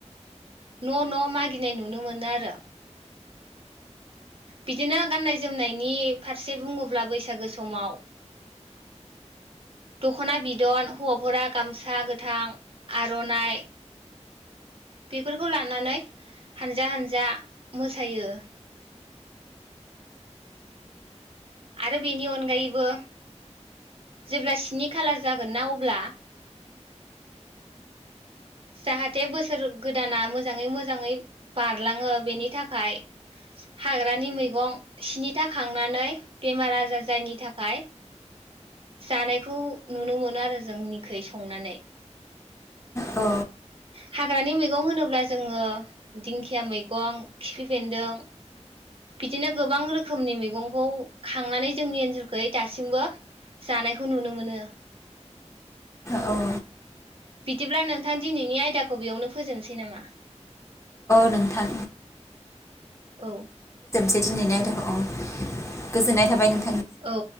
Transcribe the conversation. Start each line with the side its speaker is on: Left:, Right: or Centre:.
Right: न' न' मागिनाय नुनो मोनो आरो। बिदिनो गाननाय जोमनायनि फारसे बुङोब्ला बैसागो समाव दख'ना बिदन हौवाफोरा गामसा गोथां, आर'नाइ बेफोरखौ लानानै हानजा हानजा मोसायो आरो बेनि अनगायैबो जेब्ला स्नि खालार जागोन ना अब्ला जाहाथे बोसोर गोदाना मोजाङै मोजाङै बारलाङो बेनि थाखाय हाग्रानि मैगं स्निथा खांनानै बेमार आजार जायि थाखाय जानायखौ नुनो मोनो आरो जोंनिखु संनानै।
Left: औ।
Right: हाग्रानि मैगं होनोब्ला जोङो दिंखिया मैगं खिफिफेन्दों बिदिनो गोबां रोखोमनि मैगंखौ खांनानै जोंनि ओनसोलखै दासिमबो जानायखौ नुनो मोनो।
Left: औ।
Right: बिदिब्ला नों थां दिनैनि आयदाखौ बेयावनो फोजोबनोसै नामा?
Left: नोंथां
Right: औ।
Left: दिनैनो आयदा औ गोजोननाय थाबाय नों
Right: औ।